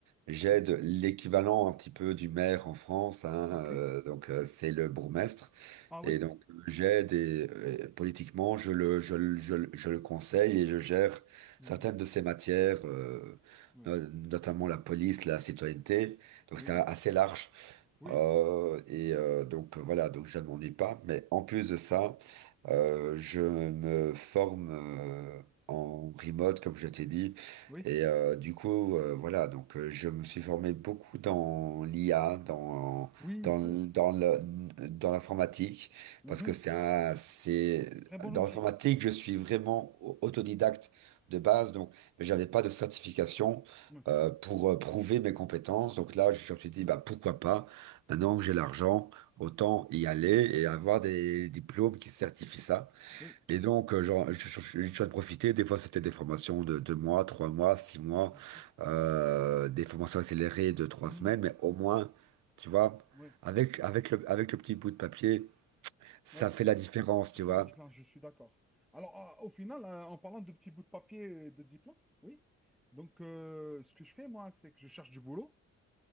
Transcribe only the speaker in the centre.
Mm.
OK.
Ah oui.
Mhm.
Oui.
Oui.
Oui.
Oui.
Oui,
il faut.
Mhm.
Très bon
outil.
C'est
Oui.
Oui.
Oui.
Oui.
Oui.
Oui.
OK.
Mhm.
Mhm.
Oui.
J'entends.
Ouais,
c'est
ça
fait la différence, je suis d'accord. Alors, euh, au final, euh, en parlant de petits bouts de papier euh, de diplôme, oui. Donc, euh, ce que je fais, moi, c'est que je cherche du boulot